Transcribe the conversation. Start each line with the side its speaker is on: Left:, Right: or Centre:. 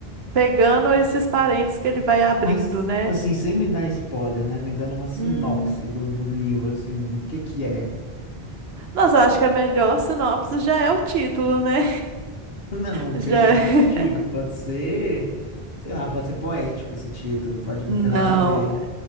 Right: pegando esses parentes que ele vai abrindo,
Left: mas
Right: né?
Left: assim, sem me dar spoiler, né? Me dando uma sinopse
Right: Hum.
Left: do, do livro, assim, o que que é?
Right: Nossa, eu acho que a melhor sinopse já é o título, né?
Left: <laughs> Não,
Right: <laughs> Já
Left: crime e
Right: é.
Left: castigo, pode ser, sei lá, pode ser poético esse título, pode não
Right: Não.
Left: ter nada a ver.